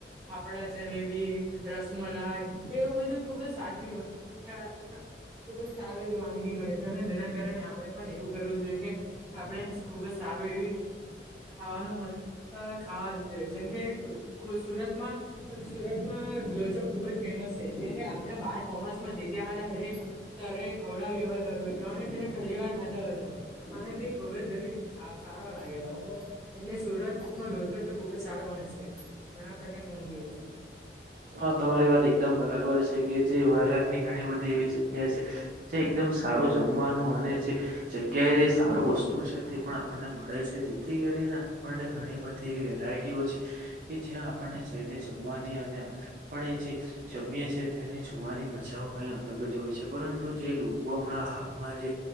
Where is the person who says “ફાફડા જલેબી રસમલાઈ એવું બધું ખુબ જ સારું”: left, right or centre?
Centre